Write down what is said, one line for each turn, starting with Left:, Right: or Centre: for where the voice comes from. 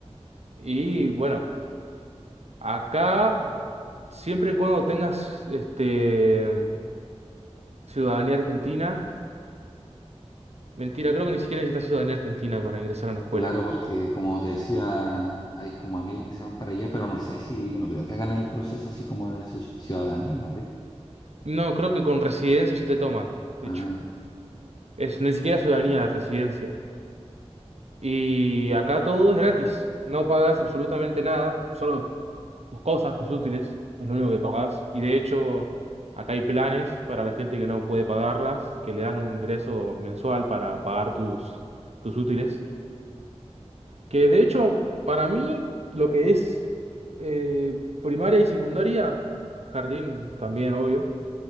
Right: Y bueno, acá, siempre y cuando tengas este ciudadanía argentina, mentira, creo que ni siquiera necesitas ciudadanía argentina para ingresar a una escuela.
Left: claro, porque como te decía, hay como amigos que se van para allá, pero no sé si, no creo que hagan el proceso así como de su ciudadanía, ¿no crees?
Right: No, creo que con residencia ya te toman, de
Left: Ah,
Right: hecho. Es ni siquiera ciudadanía, residencia. Y acá todo es gratis. No pagas absolutamente nada, solo tus cosas, tus útiles, es lo único que pagas. Y de hecho, acá hay planes para la gente que no puede pagarlas, que le dan un ingreso mensual para pagar tus, tus útiles. Que de hecho, para mí, lo que es eh, primaria y secundaria, jardín también, obvio.